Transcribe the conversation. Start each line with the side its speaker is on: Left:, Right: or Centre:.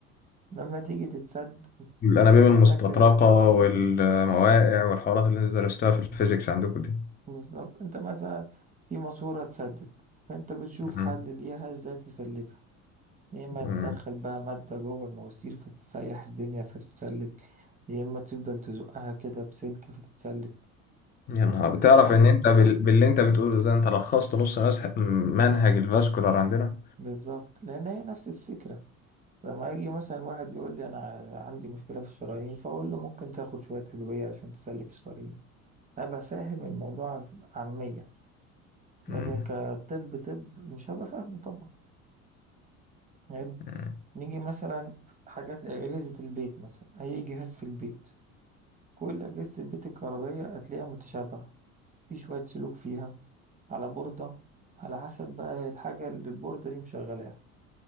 Right: لما تيجي تتسد
Left: الانابيب
Right: أنت محتاج
Left: المستطرقة
Right: تسأل
Left: والمواقع والحوارات اللي انتوا درستوها في الفيزيكس عندكم دي
Right: بالظبط أنت مثلا في ماسورة اتسدت فأنت بتشوف
Left: مم.
Right: حل ليها ازاي تسلكها يا اما تدخل
Left: مم.
Right: بقى مادة جوه المواسير فتسيح الدنيا فتتسلك يا اما تفضل تزقها كده بسلك فتتسلك
Left: يا
Right: نفس
Left: نهار
Right: الحكاية
Left: بتعرف ان انت بال... باللي انت بتقوله ده انت لخصت نص مسح... منهج الفاسكولار عندنا
Right: بالظبط لان هي نفس الفكرة لما يجي مثلا واحد يقول لي انا عندي مشكلة في الشرايين فاقول له ممكن تاخد شوية ادوية عشان تسلك الشرايين هبقى فاهم الموضوع عامية لكن
Left: مم.
Right: كطب طب مش هبقى فاهمه طبعا حلو
Left: مم.
Right: نيجي مثلا في حاجات أجهزة البيت مثلا أي جهاز في البيت كل أجهزة البيت الكهربائية هتلاقيها متشابهة في شوية سلوك فيها على بوردة على حسب بقى الحاجة اللي البوردة دي مشغلاها